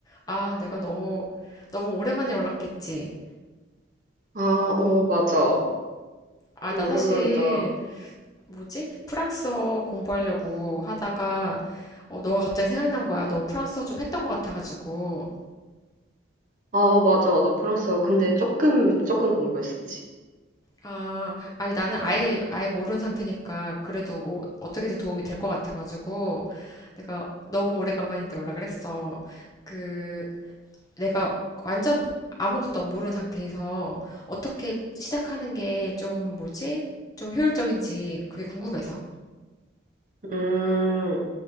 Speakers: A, on the left; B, on the right.
A: 아, 내가 너무, 너무 오랜만에 연락했지.
B: 아, 어, 맞아.
A: 아,
B: 오랜만이다.
A: 나 사실, 뭐지? 프랑스어 공부하려고 하다가, 어, 너가 갑자기 생각난 거야. 너 프랑스어 좀 했던 것 같아가지고.
B: 아, 맞아. 나 프랑스어. 근데 조금, 조금 공부했었지.
A: 아, 아니, 나는 아예, 아예 모르는 상태니까, 그래도 뭐, 어떻게든 도움이 될 것 같아가지고, 내가 너무 오래간만인데 연락을 했어. 그, 내가 완전 아무것도 모르는 상태에서, 어떻게 시작하는 게 좀, 뭐지? 좀 효율적인지, 그게 궁금해서.
B: 음,